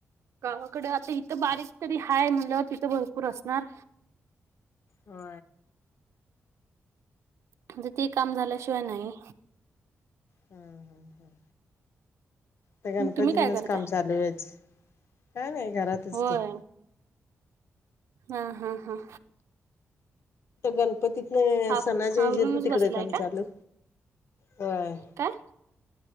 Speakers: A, on the right; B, on the left.
A: गावाकडे आता इथं बारीक तरी हाय म्हणल्यावर तिथं भरपूर असणार.
B: हो...
A: म्हणजे ते काम झाल्याशिवाय नाही.
B: हम् हम् हम्... तर गणपतींनाच
A: तुम्ही काय करताय?
B: काम चालू आहेच, काय नाही घरातच
A: होय
B: ते
A: हा हा हा...
B: गणपतीतन
A: आव
B: सणाच्या
A: आवरूनच
B: हजीतन तिकडे
A: बसलाय
B: काम
A: का
B: चालू. हो...
A: काय...